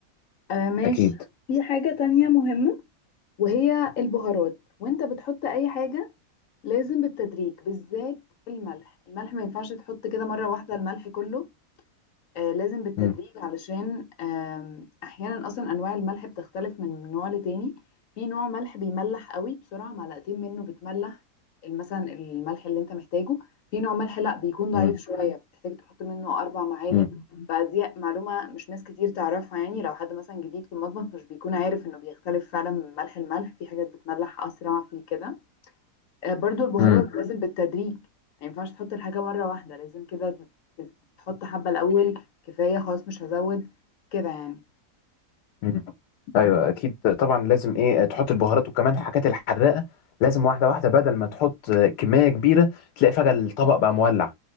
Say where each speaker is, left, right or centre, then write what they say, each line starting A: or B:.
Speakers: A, on the left (about 60°); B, on the left (about 80°).
A: آه ماشي
B: اكيد
A: في حاجة تانية مهمة وهي البهارات وانت بتحط اي حاجة لازم بالتدريج بالذات الملح الملح ما ينفعش تحط كده مرة واحدة الملح كله آه، لازم بالتدريج
B: مم.
A: علشان آم، احيانا اصلا انواع الملح بتختلف من نوع لتاني في نوع ملح بيملح قوي بسرعه معلقتين منه بتملح مثلا الملح اللي انت محتاجه في نوع ملح لا بيكون ضعيف
B: مم.
A: شويه بتحتاج تحط منه اربع معالق
B: مم.
A: فدي معلومه مش ناس كتير تعرفها يعني لو حد مثلا جديد في المطبخ مش بيكون عارف انه بيختلف فعلا من ملح الملح في حاجات بتملح اسرع في كده آه، برضو البهارات
B: مم.
A: لازم بالتدريج ما ينفعش تحط الحاجة مرة واحدة لازم كده ت- ت- تحط حبة الأول كفاية خلاص مش هزود كده يعني
B: مم. ايوه اكيد طبعا لازم ايه تحط البهارات وكمان الحاجات الحراقه لازم واحده واحده بدل ما تحط كميه كبيره تلاقي فجاه الطبق بقى مولع